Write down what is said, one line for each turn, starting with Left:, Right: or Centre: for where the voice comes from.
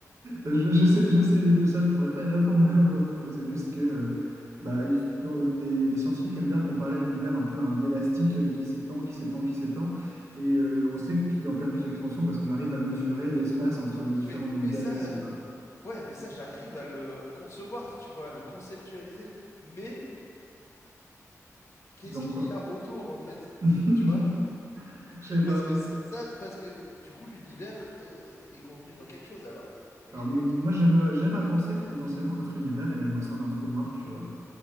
Right: Je, je sais, je sais, ça, je pourrais pas y répondre, <laughs> malheureusement. Je sais juste que euh, bah, il faut- les, les scientifiques aiment bien comparer l'univers un peu à un élastique euh, qui s'étend, qui s'étend, qui s'étend. Et euh, on sait qu'il est en perpétuelle expansion parce qu'on arrive à mesurer l'espace entre les différentes
Left: Mais, mais
Right: galaxies,
Left: ça, euh,
Right: quoi.
Left: ouais, mais ça, j'arrive à le concevoir, tu vois, à le conceptualiser. Mais qu'est-ce
Right: Donc
Left: qu'il
Right: quoi?
Left: y a autour, en fait?
Right: <laughs>
Left: Tu vois?
Right: Je sais pas.
Left: Parce que ça, ça- parce que du coup, l'univers, euh, est contenu dans quelque chose, alors. Mais
Right: Alors mo- moi
Left: quel...
Right: j'aime à j'aime à penser que potentiellement notre univers est même au sein d'un trou noir, tu vois.